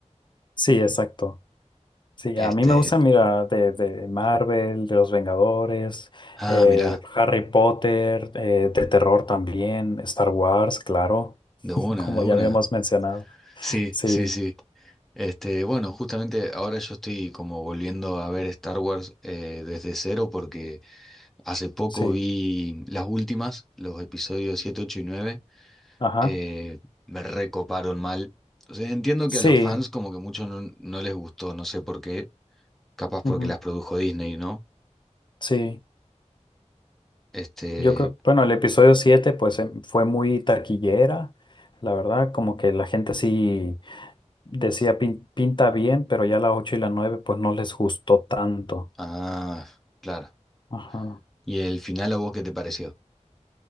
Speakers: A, on the left (about 40°); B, in the centre.
A: sí, exacto. Sí,
B: Este,
A: a mí me gustan, mira, de, de Marvel, de los Vengadores,
B: ah,
A: eh,
B: mirá,
A: Harry Potter, eh, de terror también, Star Wars, claro,
B: de una,
A: como
B: de una.
A: ya habíamos mencionado.
B: Sí,
A: Sí,
B: sí, sí. Este, bueno, justamente ahora yo estoy como volviendo a ver Star Wars eh, desde cero porque Hace poco
A: sí,
B: vi las últimas, los episodios 7, 8 y 9.
A: ajá,
B: eh, me recoparon mal. O sea, entiendo
A: sí,
B: que a los fans como que mucho no, no les gustó, no sé por qué. Capaz
A: ujú,
B: porque las produjo Disney, ¿no?
A: sí.
B: Este...
A: Yo creo, bueno, el episodio 7, pues em, fue muy taquillera, la verdad, como que la gente sí decía "Pin- pinta bien, pero ya la 8 y la 9, pues no les gustó tanto.
B: Ah, claro.
A: Ajá.
B: ¿Y el final a vos qué te pareció?